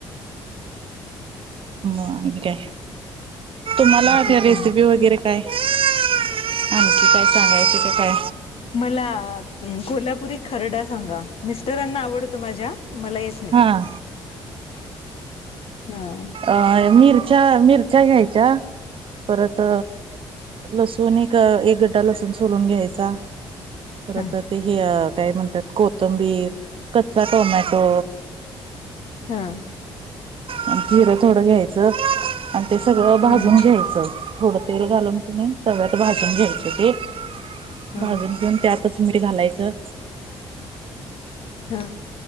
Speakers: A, on the right (about 55°); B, on the left (about 60°).
A: मग आणि काय? तुम्हाला
B: आणखी
A: आपल रेसिपी
B: काय
A: वगैरे काय काय आणखी काय? सांगायची का काय
B: मला कोल्हापुरी खरडा. सांगा मिस्टरांना आवडतो माझ्या. मला येत नाही.
A: हा
B: हा
A: अं मिरच्या-मिरच्या घ्यायच्या. परत लसुण एक-एक गड्डा लसूण सोलून घ्यायचा. परत
B: हा
A: ते हे काय म्हणतात. कोथंबीर. कच्चा टोमॅटो.
B: हा.
A: जिरं थोडं घ्यायचं. आणि ते सगळं भाजून
B: हम्म
A: घ्यायचं थोडं तेल घालून की नाही. तव्यात भाजून घ्यायचे ते.
B: हा
A: भाजून घेऊन त्यातच. मीठ घालायचं.
B: हा.